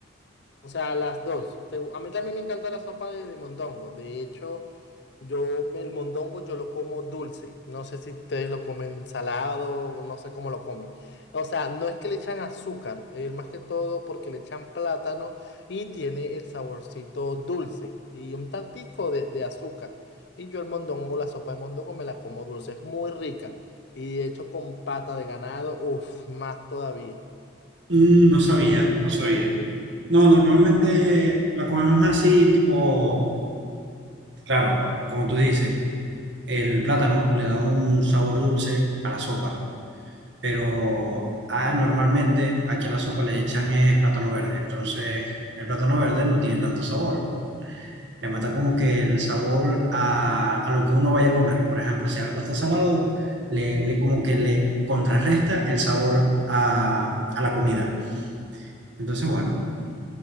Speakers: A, on the left; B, on the right.
A: O sea, las dos. Te- A mí también me encanta la sopa de, de mondongo. De hecho, yo el mondongo yo lo como dulce. No sé si ustedes lo comen salado o no sé cómo lo comen. O sea, no es que le echan azúcar, eh, más que todo porque le echan plátano y tiene el saborcito dulce y un tantico de, de azúcar. Y yo el mondongo, la sopa de mondongo me la como dulce. Es muy rica. Y de hecho con pata de ganado, uff, más todavía.
B: Mm, no sabía, no sabía. No, normalmente la comemos así, tipo, claro, como tú dices, el plátano le da un sabor dulce a la sopa, pero ah, normalmente aquí a la sopa le echan es plátano verde, entonces el plátano verde no tiene tanto sabor, le mata como que el sabor a, a lo que uno vaya a comer. Por ejemplo, si algo está salado, le, le- como que le contrarresta el sabor a, a la comida. Entonces, bueno,